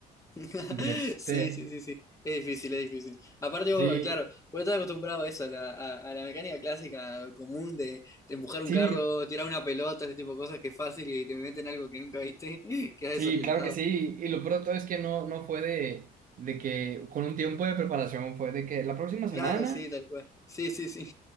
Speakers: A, on the left; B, on the right.
A: <laughs>
B: De este.
A: Sí, sí, sí, sí. Es difícil, es difícil. Aparte,
B: Sí,
A: vos, claro, vos estás acostumbrado a eso, a la, a- a la mecánica clásica común de, de empujar un
B: Sí,
A: carro, tirar una pelota, ese tipo de cosas que es fácil y te meten algo que nunca viste, <laughs> quedas
B: sí,
A: desorientado.
B: claro que sí. Y, y lo peor de todo es que no, no fue de, de que con un tiempo de preparación, fue de que la próxima semana,
A: Claro, sí, tal cual. Sí, sí, sí.